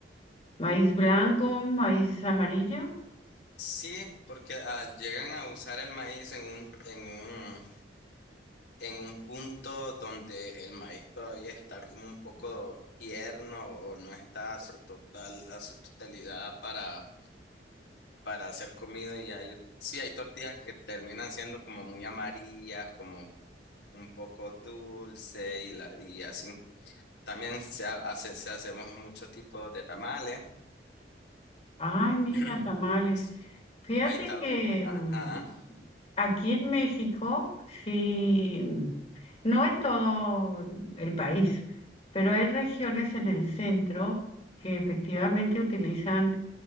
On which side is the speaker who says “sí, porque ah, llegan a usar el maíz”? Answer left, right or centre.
Left